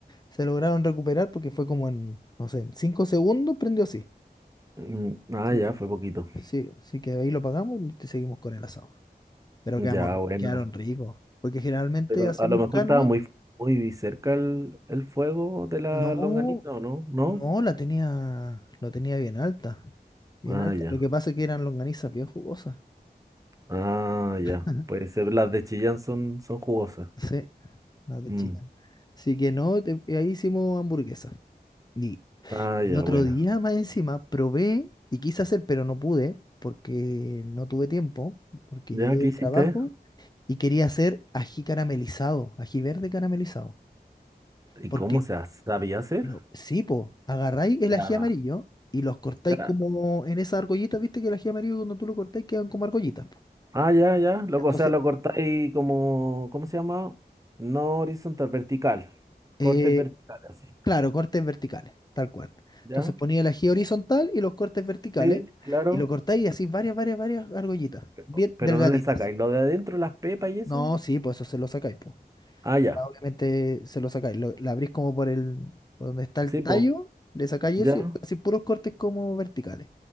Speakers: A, on the left; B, on the right.
A: se lograron recuperar porque fue como en, no sé, en cinco segundos prendió así.
B: Mm, Ah,
A: Así
B: ya,
A: que,
B: fue poquito.
A: sí, así que ahí lo pagamos y te seguimos con el asado. Pero
B: Ya,
A: quedamos,
B: bueno.
A: quedaron ricos. Porque generalmente
B: Pero
A: hacemos
B: a lo mejor
A: carne.
B: estaba muy, muy cerca el, el fuego de la
A: No,
B: longaniza, ¿o no? ¿No?
A: no, la tenía, lo tenía bien alta. Bien
B: Ah,
A: alta.
B: ya.
A: Lo que pasa es que eran longanizas bien jugosas.
B: Ah,
A: <laughs>
B: ya. Puede ser, las de Chillán son, son jugosas.
A: Sí, las de
B: Mm.
A: Chillán. Así que no, te- ahí hicimos hamburguesa. Y
B: Ah, ya,
A: el otro
B: bueno.
A: día más encima probé y quise hacer, pero no pude porque no tuve tiempo, porque
B: ¿Ya
A: llegué del
B: qué hiciste?
A: trabajo y quería hacer ají caramelizado, ají verde caramelizado.
B: ¿Y
A: Porque,
B: cómo se ha- sabía hacer?
A: lo, sí, po, agarráis el
B: Ya,
A: ají amarillo y los cortáis
B: ya.
A: como en esas argollitas, viste que el ají amarillo cuando tú lo cortáis quedan como argollitas. po.
B: Ah, ya, ya. Luego,
A: Entonces,
B: o sea, lo cortáis como, ¿cómo se llama? No horizontal, vertical.
A: eh,
B: Cortes verticales, así.
A: claro, cortes verticales, tal cual.
B: ¿Ya?
A: Entonces ponía el ají horizontal y los cortes verticales
B: Sí, claro.
A: y lo cortáis y así varias, varias, varias argollitas,
B: Pero,
A: bien
B: pero
A: delgaditas.
B: no le sacáis lo de adentro, las pepas y eso.
A: No, sí, pues eso se lo sacáis, po.
B: Ah, ya.
A: obviamente se lo sacáis, lo- la abrís como por el, por donde está el
B: Sí,
A: tallo,
B: pues.
A: le sacáis
B: Ya,
A: eso y después así puros cortes como verticales.